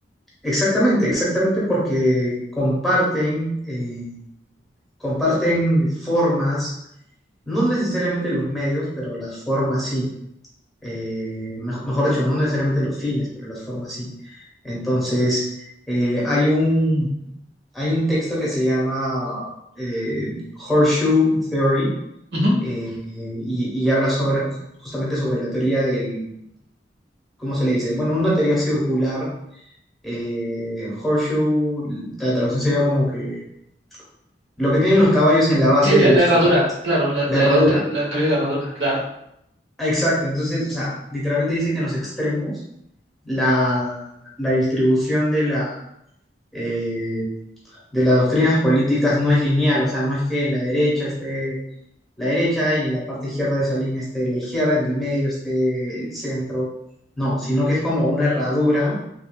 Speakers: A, in the centre; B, on the right.
A: exactamente, exactamente porque comparten, eh, comparten formas No necesariamente los medios, pero las formas sí. Eh, me- mejor dicho, no necesariamente los fines, pero las formas sí. Entonces, eh, hay un, hay un texto que se llama eh, Horseshoe Theory
B: Ujú.
A: eh, y, y habla sobre, justamente sobre la teoría del, ¿cómo se le dice? Bueno, una teoría circular. eh, horseshoe, la traducción sería como que lo que tienen los caballos en la base
B: Sí, la,
A: de
B: la
A: sus
B: herradura,
A: patas,
B: claro, la, la,
A: la herradura.
B: la te- la teoría de herradura, claro.
A: Ah, Exacto, entonces, o sea, literalmente dice que en los extremos la, la distribución de la, eh, de las doctrinas políticas no es lineal, o sea, no es que en la derecha esté la derecha y en la parte izquierda de esa línea esté la izquierda, en el medio esté el centro, no, sino que es como una herradura